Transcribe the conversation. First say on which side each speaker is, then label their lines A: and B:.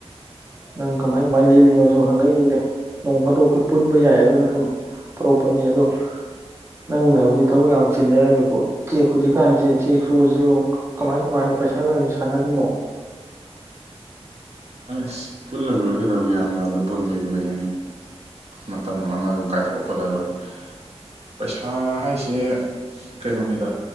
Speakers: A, on the right (about 25°); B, on the right (about 65°).
A: ꯅꯪ ꯀꯃꯥꯏ ꯀꯃꯥꯏ ꯂꯦꯜꯂꯤꯅꯣꯁꯨ ꯍꯪꯉꯛꯏꯅꯤꯅꯦ ꯅꯣꯡ ꯐꯥꯗꯣꯛꯁꯨ ꯄꯨꯟꯕ ꯌꯥꯏꯗꯅ ꯁꯨꯝ ꯇꯧꯔꯛꯄꯅꯤ ꯑꯗꯣ ꯅꯪꯅ ꯍꯧꯖꯤꯛ ꯊꯕꯛ ꯌꯥꯝ ꯆꯤꯜꯂꯦꯕꯨ ꯀꯦꯛ ꯍꯧꯖꯤ ꯀꯥꯟ ꯆꯦꯛ ꯁꯨꯕꯁꯦ ꯀꯃꯥꯏ ꯀꯃꯥꯏꯅ ꯄꯩꯁꯥꯒ ꯁꯥꯟꯅꯔꯤꯅꯣ
B: ꯑꯁ ꯄꯨꯜꯂ ꯂꯣꯏꯔꯒꯗꯧꯒꯦ ꯏꯌꯥꯝꯕ ꯑꯗꯨ ꯄꯨꯟꯕꯩꯕꯨ ꯀꯩꯅꯣꯅꯦ ꯃꯇꯝ ꯑꯃ ꯑꯗꯨꯝ ꯀꯥꯏꯊꯣꯛꯄ ꯄꯨꯜꯂꯂꯣꯏꯔꯦ ꯄꯩꯁꯥ ꯍꯥꯏꯁꯦ ꯀꯩꯅꯣꯅꯤꯗ